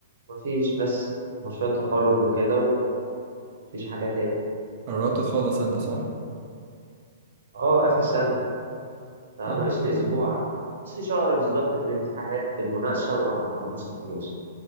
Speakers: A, on the right (about 65°); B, on the right (about 45°).
A: ومفيش بس مشروع التخرج وكده ومفيش حاجه تاني
B: قربت تخلص انت صح
A: اه اخر سنه فناقص
B: طب يا
A: لي
B: عم
A: اسبوع ناقص لي شهر بالظبط بالامتحانات بالمناقشه وابقى خلصت خلاص